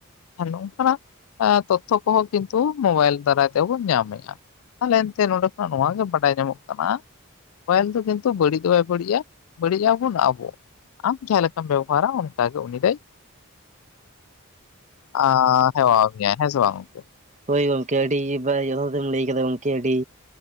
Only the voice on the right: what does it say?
ᱦᱚᱭ ᱜᱚᱝᱠᱮ ᱟᱹᱰᱤ ᱤᱭᱟ. ᱵᱟ. ᱭ ᱤᱭᱟ ᱵᱤᱱ ᱞᱟ. ᱭ ᱠᱮᱫᱟ ᱜᱚᱢᱠᱮ ᱟᱹᱰᱤ